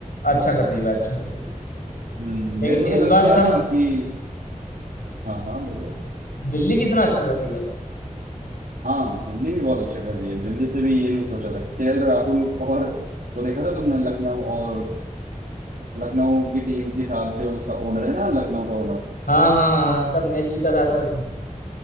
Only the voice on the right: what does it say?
हम्म,
मेरे को
तो लगता
है
ना कि हाँ हाँ बोलो
हाँ दिल्ली भी बहुत अच्छा कर रही है दिल्ली से भी ये नहीं सोचा था केएल राहुल और वो देखा था तुमने लखनऊ और लखनऊ की टीम के साथ जो उसका ओनर है ना लखनऊ का ओनर